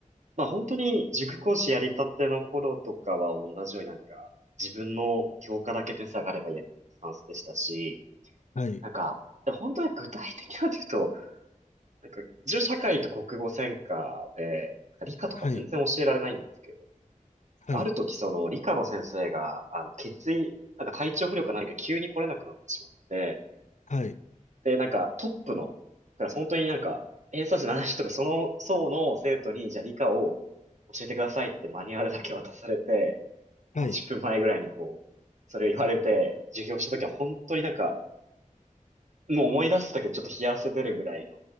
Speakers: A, on the right; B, on the left.
A: まあ本当に塾講師やりたての頃とかは同じようになんか自分の教科だけ点数上がればいいやみたいなスタンスでしたし、
B: はい、
A: なんか本当に具体的なんて言うと、なんか自分社会と国語専科で、なんか理科とか全然教えられないんですけど、
B: はい、
A: なんかある時その理科の先生があの血液、
B: はい、
A: なんか体調不良か何か急に来れなくなってしまって、
B: はい、
A: で、なんか、トップのクラス、本当になんか、偏差値の話とか、その層の生徒に、じゃあ理科を教えてくださいってマニュアルだけ渡されて、
B: はい、
A: 30分前ぐらいにこう、
B: はい。
A: それを言われて、授業した時は本当になんか、もう思い出すだけでちょっと冷や汗出るぐらいの